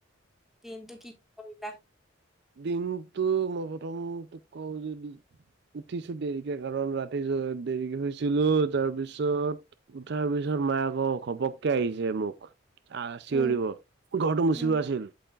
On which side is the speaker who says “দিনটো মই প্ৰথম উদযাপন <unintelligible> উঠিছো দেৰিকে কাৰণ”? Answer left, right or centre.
Right